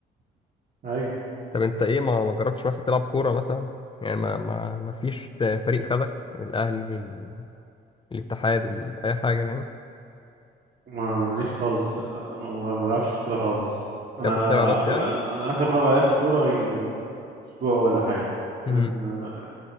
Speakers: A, on the right (about 50°); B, on the left (about 25°).
A: ايوه
B: طب انت ايه ما ما جربتش مثلا تلعب كوره مثلا يعني ما ما ما فيش فريق خدك الاهلي ال- الاتحاد ال- اي حاجه يعني
A: ما انا ماليش خالص انا ما ما- ما بعرفش كورة خالص انا
B: انت بتتابع بس
A: أب-
B: يعني
A: انا أنا اخر مرة لعبت كورة يجي من اسبوع ولا حاجة كان
B: امم
A: آه،